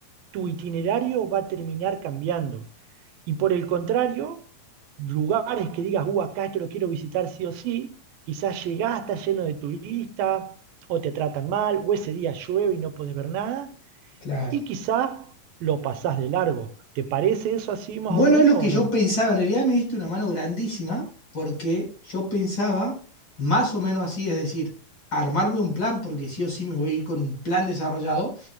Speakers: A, on the right; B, on the left.
A: tu itinerario va a terminar cambiando. Y por el contrario, lugares que digas, uh, acá esto lo quiero visitar sí o sí, quizás llegás, está lleno de turistas, o te tratan mal, o ese día llueve y no podés ver nada,
B: claro.
A: y quizás lo pasás de largo. ¿Te parece eso así más
B: Bueno,
A: o menos
B: es lo que
A: o
B: yo
A: no?
B: pensaba. En realidad me diste una mano grandísima porque yo pensaba más o menos así, es decir, armarme un plan porque sí o sí me voy a ir con un plan desarrollado,